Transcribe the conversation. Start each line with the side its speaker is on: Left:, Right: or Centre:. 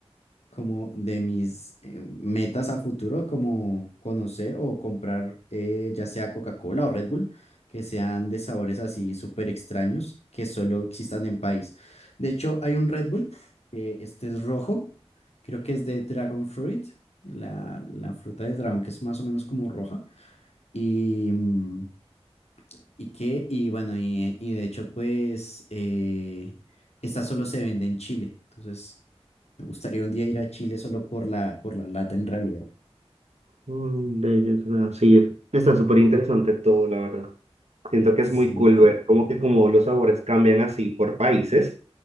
Left: como de mis eh, metas a futuro, como conocer o comprar eh, ya sea Coca-Cola o Red Bull, que sean de sabores así súper extraños, que solo existan en país. De hecho, hay un Red Bull, que este es rojo, creo que es de Dragon Fruit, la, la fruta del dragón, que es más o menos como roja, y... mm, y que, y bueno, y, y de hecho, pues, eh, esta solo se vende en Chile. Entonces, me gustaría un día ir a Chile solo por la, por la lata en realidad.
Right: Mm, De ellos, ah, sí, es- está súper interesante todo, la verdad. Siento que
Left: Sí,
Right: es muy cool
Left: claro.
Right: ver como que como los sabores cambian así por países.